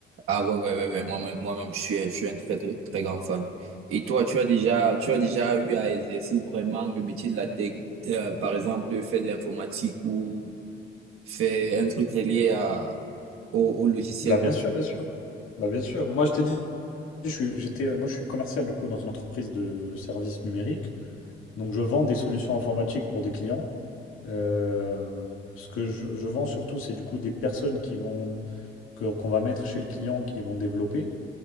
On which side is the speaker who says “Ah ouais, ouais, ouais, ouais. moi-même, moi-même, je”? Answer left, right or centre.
Right